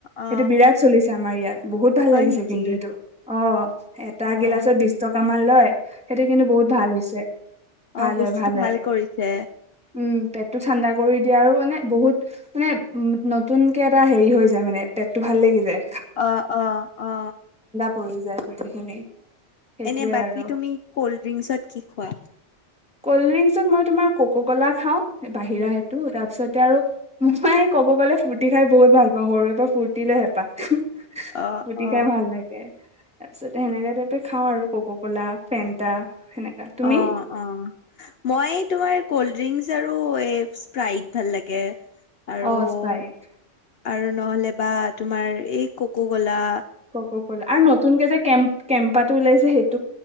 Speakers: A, on the left; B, in the centre.
A: অ
B: সেইটো বিৰাট চলিছে। আমাৰ ইয়াত। বহুত ভাল
A: হয়
B: লাগিছে
A: নেকি
B: কিন্তু সেইটো অ এটা গিলাচত
A: অ
B: বিশ টকা। আমা লয়। সেইটো কিন্তু বহুত ভাল হৈছে, ভাল
A: অ বস্তুটো
B: হয় ভাল হয়,
A: কৰিছে
B: উম, পেটটো ঠাণ্ডা কৰি দিয়ে আৰু মানে বহুত। মানে নতুনকে এটা হেৰি হৈ যায় মানে পেটটো ভাল লাগি যায়।
A: অ অ অ।
B: কৰি যায় গোটেইখিনি। সেইটোয়ে
A: এনে বাকী
B: আৰু
A: তুমি কল্ড ড্ৰিংকচত কি খোৱা।
B: কল্ড ড্ৰিংকত মই তোমাৰ কক' ক'লা খাওঁ বাহিৰা সেইটো তাৰ। তাৰপিছতে আৰু মোক মায়। ক'ব গ'লে ফূৰ্তি খাই বহুত ভাল পাওঁ, সৰুৰে পৰা ফুৰ্তিলে হেঁপাহ।
A: অ
B: ফুটি
A: অ
B: খাই ভাল লাগে। তাৰ পিছতে সেনেকা টাইপে খাওঁ আৰু কক' ক'লা ফেণ্টা। সেনেকা তুমি।
A: অ অ মই তোমাৰ কল ড্ৰিংকচ আৰু এ স্পাইত ভাল লাগে। আৰু
B: অ স্পাইত।
A: আৰু নহ'লে বা তোমাৰ এই ককু কলা।
B: ক ক কলা আৰু নতুনকে যে কেম্প কেম্পাত। ওাইছেেইটো